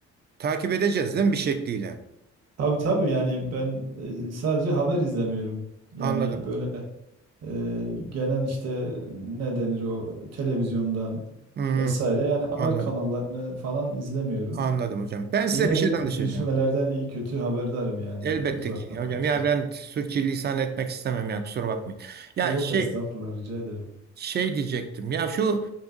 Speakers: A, on the right (about 35°); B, on the right (about 55°).
A: takip edeceğiz değil mi bir şekliyle?
B: Tabii tabii yani ben e, sadece haber izlemiyorum. Yani
A: Anladım.
B: böyle e, genel işte ne denir o televizyondan
A: Hı hı,
B: vesaire yani haber
A: anladım.
B: kanallarını falan izlemiyorum.
A: Anladım hocam. Ben size
B: Yine
A: bir şey
B: de
A: danışacağım.
B: gelişmelerden iyi kötü haberdarım yani
A: Elbette
B: uzaktan
A: ki hocam.
B: da olsa.
A: Ya ben sürçülisan etmek istemem ya kusura bakmayın. Ya
B: Yok
A: şey
B: estağfurullah rica ederim.
A: Şey diyecektim ya şu